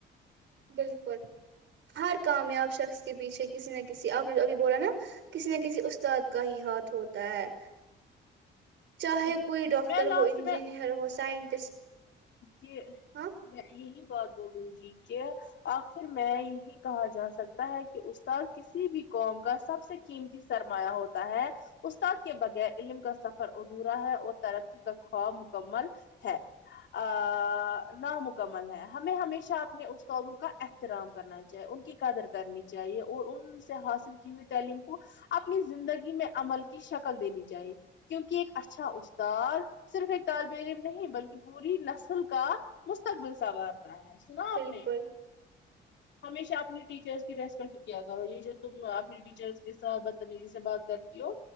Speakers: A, on the right; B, on the left.
A: بالکل ہر کامیاب شخص کے پیچھے کسی نہ کسی آپ آپ نے ابھی بولا نا کسی نہ کسی استاد کا ہی ہاتھ ہوتا ہے چاہے
B: صحیح
A: کوئی ڈاکٹر
B: میں لاسٹ
A: ہو انجینئہر ہو سائنٹسٹ
B: یہ اہ
A: ہاں
B: میں یہی بات بولوں گی کہ آخر میں یہی کہا جا سکتا ہے کہ استاد ک کسی بھی قوم کا سب سے قیمتی سرمایہ ہوتا ہے استاد کے بغیر علم کا سف فر ادھورا ہے اور ترقی کا خواب مکمل ہے ا ا ا ا نامکمل ہے ہمیں ہمیشہ اپنے استادوں کا احت احترام کرنا چاہیے ان کی قدر کرنی چاہیے اور ان سے حاصل کی ہوئی تعلیم کو اپنی زندگی میں عمل کی شکل دینی چاہیے کیونکہ ایک اچھا استاد صرف ایک طالب علم نہیں بلکہ پوری نسل کا مستقبل سنوارتا ہے سنا
A: بالکل
B: آپ نے ہمیشہ اپنی ٹیچر س کی ریسپیکٹ کیا کرو یہ جو تم اپنی ٹیچرس کے ساتھ بدتمیزی سے بات کرتی ہو